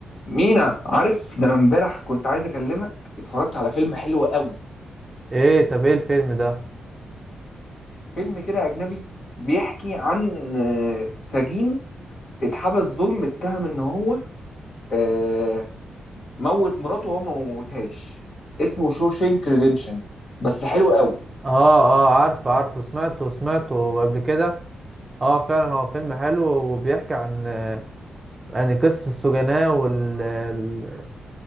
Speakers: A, on the left; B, on the right.
A: مينا عارف ده انا امبارح كنت عايز اكلمك اتفرجت على فيلم حلو قوي
B: ايه طب ايه الفيلم ده
A: فيلم كده اجنبي بيحكي عن آه، سجين اتحبس ظلم اتهم ان هو آه، موت مراته وهو ما موتهاش اسمه شوشينك ريديمشن بس حلو قوي
B: اه اه عارفه عارفه سمعته سمعته قبل كده اه فعلا هو فيلم حلو وبيحكي عن آه، يعني قصص السجناء وال ال-